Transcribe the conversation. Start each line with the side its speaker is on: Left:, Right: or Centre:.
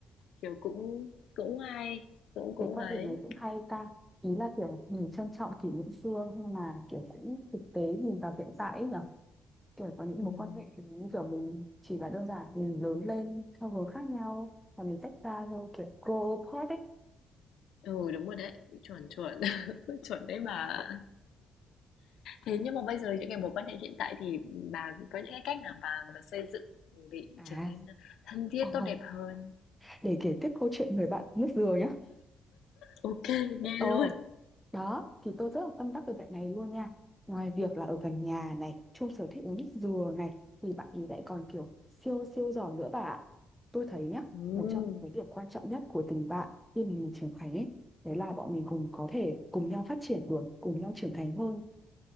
Left: Kiểu, cũng cũng hay, cũng cũng
Centre: Cái quan
Left: ấy.
Centre: điểm này cũng hay ta ý là kiểu mình trân trọng kỷ niệm xưa nhưng mà kiểu cũng thực tế nhìn vào hiện tại ấy nhỉ kiểu có những
Left: Ừm.
Centre: mối quan hệ thì như kiểu mình chỉ là đơn giản mình lớn lên theo hướng khác nhau và mình tách ra thôi kiểu grow apart ấy
Left: Ừ, đúng rồi đấy, chuẩn, chuẩn, <laughs> chuẩn đấy bà. Thế nhưng mà bây giờ những cái mối quan hệ hiện tại thì bà có những cái cách nào bà bà xây dựng để
Centre: à
Left: trở nên thân thiết,
Centre: ờ,
Left: tốt đẹp hơn?
Centre: để kể tiếp câu chuyện người bạn nước dừa nhá
Left: ok nghe
Centre: ờ
Left: luôn.
Centre: đó thì tôi rất là tâm đắc về bạn này luôn nha ngoài việc là ở gần nhà này chung sở thích uống nước dừa này thì bạn ấy lại còn kiểu siêu siêu giỏi nữa bà ạ tôi thấy nhá
Left: ừ
Centre: một trong những cái điểm quan trọng nhất của tình bạn khi mình trưởng thành ấy đấy là bọn mình cùng có thể cùng nhau phát triển được cùng nhau trưởng thành hơn